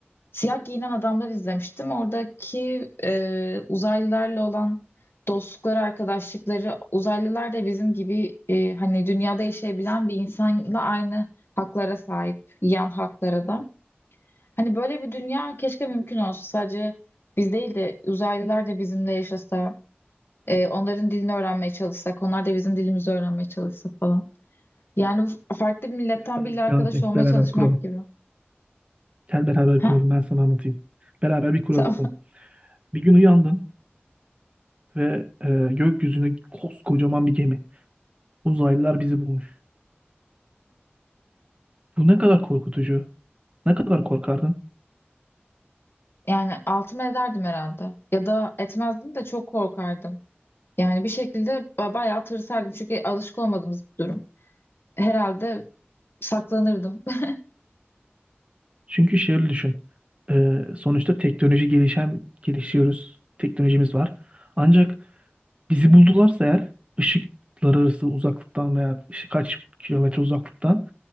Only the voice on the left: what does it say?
Siyah Giyinen Adamlar izlemiştim. Oradaki e, uzaylılarla olan dostlukları, arkadaşlıkları, uzaylılar da bizim gibi e, hani dünyada yaşayabilen bir insanla aynı haklara sahip, yan haklara da. Hani böyle bir dünya keşke mümkün olsa. Sadece biz değil de uzaylılar da bizimle yaşasa, e, onların dilini öğrenmeye çalışsak, onlar da bizim dilimizi öğrenmeye çalışsa falan. Yani bu farklı bir milletten
biriyle
arkadaş
olmaya
çalışmak
gibi.
Ha?
Tamam.
Yani altımı ederdim herhalde. Ya da etmezdim de çok korkardım. Yani bir şekilde ba- bayağı tırsardım. Çünkü alışık olmadığımız bir durum. Herhalde saklanırdım. <laughs>